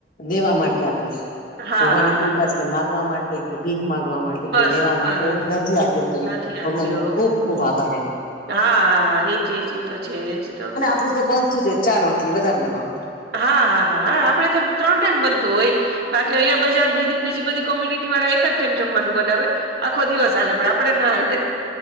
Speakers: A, on the left; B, on the right.
A: દેવા માટે આપે છે.
B: હા
A: ભગવાનની કૃપા
B: હા
A: છે કે માંગવા માટે કે ભીખ માગવા માટ ટે
B: બસ
A: કે લેવા
B: બસ
A: માટે નથી આપ્યો તો
B: નથી
A: ઈ ભગવાન
B: આપ્યો
A: નો ખુબ-ખુબ આભાર એમ.
B: હા, હા એજ-એજ. ઈ તો છે એજ. તો
A: અને આપડું તો બનતું જ હોય, ચાર રોટલી વધારે બનાવ.
B: હા, હા, હા, હા, આપડે તો ત્રણ ટાઈમ બનતું હોય. બાકી અહીંયા બજા બીજી-બીજી બધી કોમ્યુનિટી વાળા એક જ ટાઈમ જમવાનું બનાવે. આખો દિવસ હાલે પણ આપણે ન હાલે.